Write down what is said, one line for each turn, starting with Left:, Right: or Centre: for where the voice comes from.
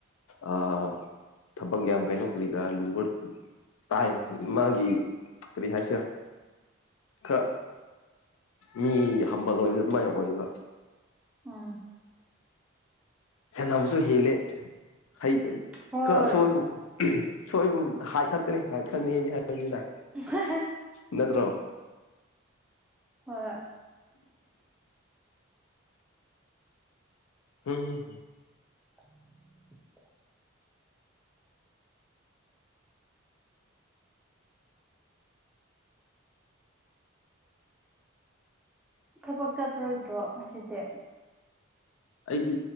Left: ꯑ ꯊꯕꯛ ꯌꯥꯝ ꯀꯩꯅꯣ ꯄ꯭ꯔꯤ ꯈꯔꯥ ꯂꯨꯕ ꯇꯥꯏ ꯃꯥꯒꯤ ꯀꯔꯤ ꯍꯥꯏꯁꯤꯔꯥ ꯈꯔ ꯃꯤ ꯍꯝꯕꯜ ꯑꯣꯏꯕꯗ ꯑꯗꯨꯃꯥꯏꯅ ꯑꯣꯏꯕ
Centre: ꯎꯝ
Left: ꯁꯥꯟꯅꯕꯁꯨ ꯍꯦꯜꯂꯦ ꯍꯩ ꯈꯔ
Centre: ꯍꯣꯏ
Left: ꯑꯁꯣꯏꯕꯨ ꯁꯣꯏꯕꯨꯝ ꯍꯥꯏ ꯈꯠꯀꯅꯤ ꯍꯥꯏ ꯈꯠꯅꯦ ꯍꯥꯏꯕꯅꯤꯗ
Centre: ꯋꯥꯍꯍ
Left: ꯅꯠꯇ꯭ꯔꯣ
Centre: ꯍꯣꯏ ꯍꯣꯏ
Left: ꯎꯝ
Centre: <inaudible> ꯊꯕꯛ ꯆꯠꯇꯔꯣꯏꯗ꯭ꯔꯣ ꯉꯁꯤꯗꯤ
Left: ꯑꯩꯗꯤ